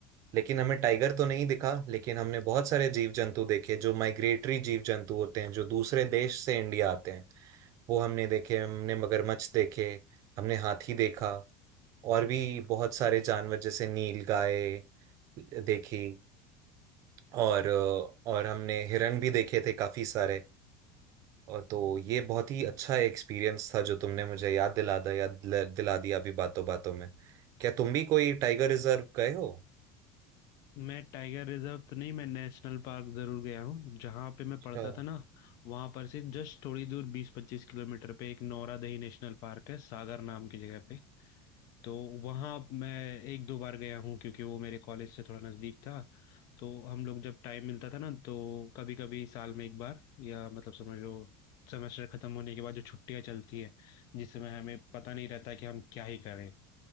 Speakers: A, on the right (about 45°); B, on the left (about 50°).
A: लेकिन हमें टाइगर तो नहीं दिखा लेकिन हमने बहुत सारे जीव जंतु देखे जो माइग्रेटरी जीव जंतु होते हैं जो दूसरे देश से इंडिया आते हैं वो हमने देखे हमने मगरमच्छ देखे हमने हाथी देखा और भी बहुत सारे जानवर जैसे नीलगाय देखी और अ, और हमने हिरण भी देखे थे काफी सारे और तो ये बहुत ही अच्छा एक्सपीरियंस था जो तुमने मुझे याद दिला दिया याद दिला दिला दिया अभी बातों बातों में क्या तुम भी कोई टाइगर रिजर्व गए हो
B: हो। मैं टाइगर रिजर्व तो नहीं मैं नेशनल पार्क जरूर गया हूँ जहाँ पे मैं
A: अच्छा
B: पढ़ता था ना वहाँ पर से जस्ट थोड़ी दूर बीस पच्चीस किलोमीटर पे एक नौरादही नेशनल पार्क है सागर नाम की जगह पे तो वहाँ मैं एक दो बार गया हूँ क्योंकि वो मेरे कॉलेज से थोड़ा नज़दीक था तो हम लोग जब टाइम मिलता था ना तो कभी कभी साल में एक बार या मतलब समझ लो सेमेस्टर खत्म होने के बाद जो छुट्टियाँ चलती है जिस समय हमें पता नहीं रहता कि हम क्या ही करें